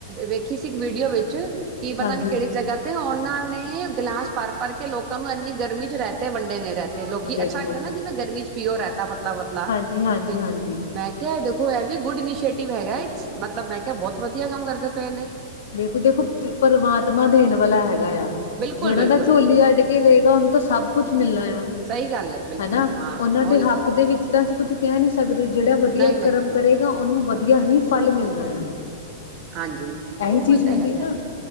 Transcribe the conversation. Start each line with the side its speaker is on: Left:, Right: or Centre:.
Right: ਵੇਖੀ ਸੀ ਇੱਕ ਵੀਡੀਓ ਵਿੱਚ ਕੀ ਪਤਾ
Left: ਹਾਂਜੀ
Right: ਨੀ ਕਿਹੜੀ ਜਗ੍ਹਾ ਤੇ ਉਹਨਾਂ ਨੇ ਗਿਲਾਸ ਭਰ ਭਰ ਕੇ ਲੋਕਾਂ ਨੂੰ ਇੰਨੀ ਗਰਮੀ ਚ ਰਹਿਤੇ ਵੰਡੇ ਨੇ ਰਹਿਤੇ ਤੇ ਲੋਕੀ
Left: ਦੇਖੋ
Right: ਅੱਛਾ ਲੱਗਦਾ ਨਾ ਜਿਵੇਂ ਗਰਮੀ ਚ ਪੀਓਰ ਰਹਤਾ ਪਤਲਾ ਪਤਲਾ
Left: ਜੀ ਹਾਂਜੀ
Right: ਤੇ
Left: ਹਾਂਜੀ
Right: ਮੈਂ ਕਿਹਾ ਦੇਖੋ ਇਹ ਵੀ ਗੁਡ ਇਨੀਸ਼ੀਟਵ ਹੈਗਾ ਮਤਲਬ ਮੈਂ ਕਿਹਾ ਬਹੁਤ ਵਧੀਆ ਵਧੀਆ ਕੰਮ ਕਰਦੇ ਪਏ ਨੇ
Left: ਬਿਲਖੁਲ ਦੇਖੋ ਪਰਮਾਤਮਾ ਦੇਣ ਵਾਲਾ ਹੈਗਾ ਆ
Right: ਬਿਲਕੁਲ
Left: ਜਿਹੜਨਾਂ
Right: ਬਿਲਕੁਲ
Left: ਦਾ ਝੋਲੀ ਅੱਡ ਕੇ ਲਏਗਾ ਉਹਨੂੰ ਤਾਂ ਸਭ ਕੁਛ ਮਿਲਣਾ ਆ
Right: ਸਹੀ ਗੱਲ ਬਿਲਕੁਲ
Left: ਹੈ ਨਾ
Right: ਹਾਂ
Left: ਉਹਨਾਂ
Right: ਉਹੀ
Left: ਦੇ ਹੱਕ
Right: ਤੇ
Left: ਦੇ ਵਿੱਚ ਤਾਂ ਅਸੀਂ ਕੁੱਛ ਕਹਿ ਨੀ ਸਕਦੀ ਜਿਹੜਾ ਵਧੀਆ
Right: ਨਹੀਂ ਨਹੀਂ
Left: ਕਰਮ ਕਰੇਗਾ ਉਹਨੂੰ ਵਧੀਆ ਹੀ ਫਲ ਮਿਲਣਾ ਹੈਲੋ
Right: ਹਾਂਜੀ ਉਹੀ
Left: ਇਹੀ ਚੀਜ਼
Right: ਤੇ
Left: ਹੁੰਦੀ
Right: ਹੈਗਾ
Left: ਨਾ